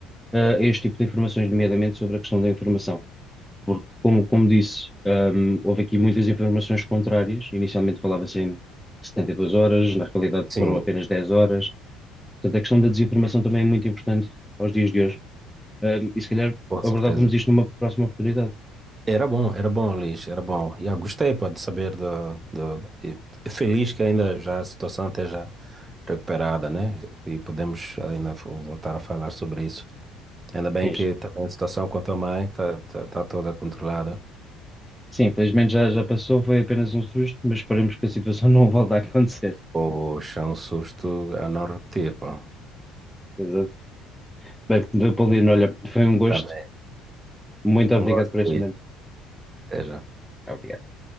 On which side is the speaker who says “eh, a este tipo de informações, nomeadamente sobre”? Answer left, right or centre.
Centre